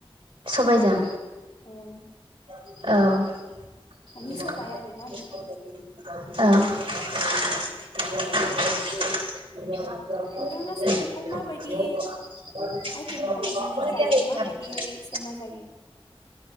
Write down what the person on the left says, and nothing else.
ओं
हानि सबाय आरोना नोंथां नोंथाङा साम'खौ माबायदि आइटेम खालामनानै जायो माबायदियै संना जायो